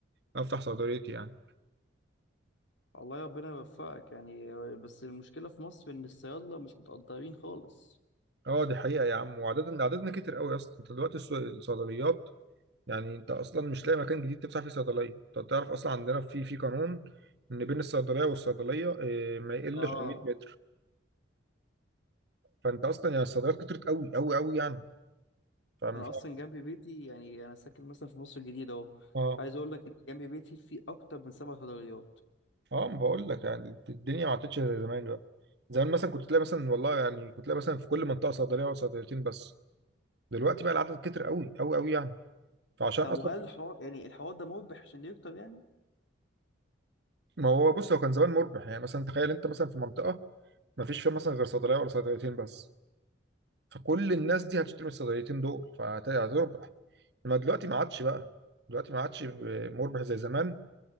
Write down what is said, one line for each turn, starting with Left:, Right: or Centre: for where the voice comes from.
Right: وافتح صيدليتي يعني
Left: الله ربنا يوفقك يعني بس المشكلة في مصر إن الصيادلة مش متقدرين خالص
Right: اه دي حقيقه يا عم وعددنا عددنا كتير قوي يا اسطى انت دلوقتي الص- الصيدليات يعني انت اصلا مش لاقي مكان جديد تفتح فيه صيدليه انت تعرف اصلا عندنا في في قانون ان بين الصيدليه والصيدليه اه، ما يقلش
Left: اه
Right: عن 100 متر فانت اصلا يعني الصيدليات كترت قوي قوي قوي يعني فاهم
Left: أنا أصلا جنب بيتي يعني أنا ساكن مثلا في مصر الجديدة أهو
Right: اه
Left: عايز أقول لك إن جنب بيتي في أكتر من سبع صيدليات
Right: اه ما بقول لك يعني الدنيا ما عادتش زي زمان بقى زمان مثلا كنت تلاقي مثلا والله يعني كنت تلاقي مثلا في كل منطقه صيدليه او صيدليتين بس دلوقتي بقى العدد كتر قوي قوي قوي يعني فعشان
Left: طب
Right: اصلا
Left: وهل الحوار يعني الحوار ده مربح عشان يكتر يعني؟
Right: ما هو بص هو كان زمان مربح يعني مثلا تخيل انت مثلا في منطقه ما فيش فيها مثلا غير صيدليه ولا صيدليتين بس فكل الناس دي هتشتري من الصيدليتين دول فهتربح ما دلوقتي ما عادش بقى دلوقتي ما عادش ب- مربح زي زمان